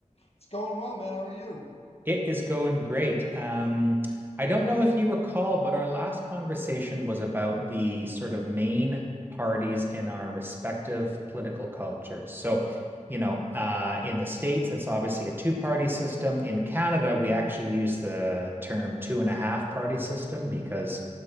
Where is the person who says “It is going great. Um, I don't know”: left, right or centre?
Right